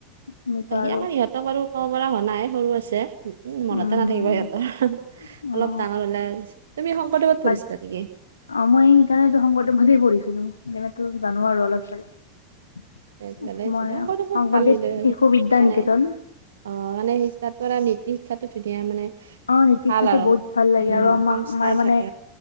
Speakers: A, on the left; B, on the right.
A: সেনেকুৱা
B: সি
A: আৰু
B: আমাৰ ইহঁতক আৰু ক'ব পৰা হোৱা নাই সৰু আছে। উম মনতে
A: উম
B: নাথাকিব হিহঁতৰ অলপ
A: অ
B: ডাঙৰ হলে তুমি শংকৰদেৱত
A: বা
B: পঢ়িছিলা নেকি।
A: অ মই সেইকাৰণে শংকৰদেৱত পঢ়িছিলো সেইকাৰণেতো জানো আৰু অলপ চলপ।
B: ফালে
A: মই
B: চিদ্ধাকৰটো বহত
A: শংকৰদেৱ
B: ভাল কিলে
A: শিশু বিদ্যা
B: মানে
A: নিকেতন
B: অ মানে শিক তাত। ধৰা নীতি শিক্ষাতো ধুনীয়া মানে।
A: অ নিতিশিক্ষাটো
B: ভাল আৰু
A: বহুত ভাল লাগে
B: উম,
A: আৰু আমা
B: সংস্কাৰ
A: আমাৰ মানে
B: থাকে